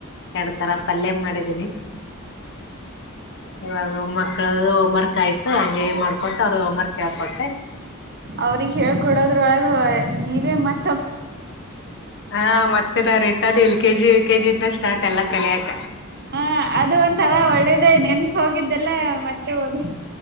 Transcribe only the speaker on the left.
ಎರಡ್ತರ ಪಲ್ಯ ಮಾಡಿದ್ದೀನಿ. ಇವಾಗ ಮಕ್ಕಳ ಹೋಮ್ವರ್ಕ್ ಆತ್ತು ಹಂಗೆ ಮಾಡ್ಕೊೊಂಡು ಅವ್ರ ಹೋಮ್ವರ್ಕ್ ಕೇಳ್ಕೊಟ್ಟೆ.
ಹಾ ಮತ್ತೆ ನಾ ರಿಟ L K G U KG ಇದನ ಸ್ಟಾರ್ಟ್ ಎಲ್ಲ ಕಲಿಯಕ